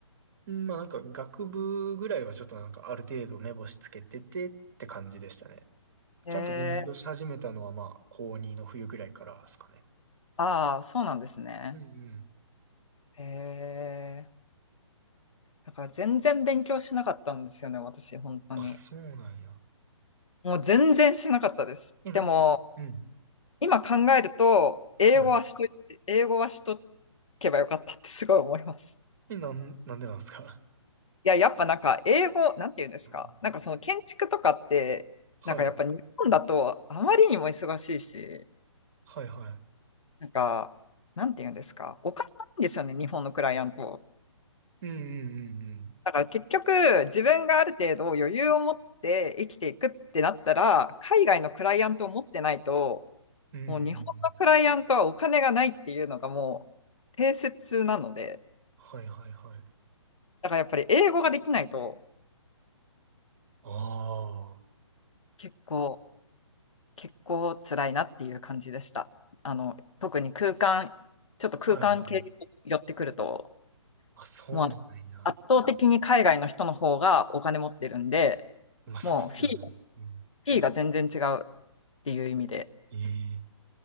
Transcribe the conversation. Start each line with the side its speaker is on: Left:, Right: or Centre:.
Right: うんまあなんか学部ぐらいはちょっとなんかある程度目星つけててって感じでしたね。
Left: へえ、
Right: ちゃんと勉強し始めたのはまあ高2の冬ぐらいからですかね。
Left: ああ、そうなんですね。
Right: うんうん。
Left: へえ、だから全然勉強しなかったんですよね、私、本当に。
Right: あ、そうなんや。
Left: もう全然しなかったです。
Right: え、なんか、
Left: でも、
Right: うん。
Left: 今考えると、英語はしといて、
Right: は
Left: 英語はしとけばよかったってすごい思います。
Right: い。え、なん、なんでなんですか
Left: いや、やっぱなんか英語、なんて言うんですか。
Right: うん
Left: なんかその建築とかって、
Right: <laughs> はい。
Left: なんかやっぱ日本だとあまりにも忙しいし、
Right: はいは
Left: なんか、なんて言うんですか。おかしいんですよね、日本のクライアント。
Right: い。うんうんうんうん。
Left: だから結局、自分がある程度余裕を持って生きていくってなったら、海外のクライアントを持ってないと、
Right: うんうんうん。
Left: もう日本のクライアントはお金がないっていうのがもう定説なので、
Right: はいはいはい。
Left: だからやっぱり英語ができないと
Right: ああ。
Left: 結構、結構辛いなっていう感じでした。あの、特に空間、ちょっと空間系に寄ってくると、
Right: はいはい。あ、そうなんや。
Left: もう圧倒的に海外の人の方がお金持ってるんで、
Right: まあそうっすよね。
Left: もうフィー、
Right: うん。
Left: フィーが全然違うっていう意味で、
Right: ええ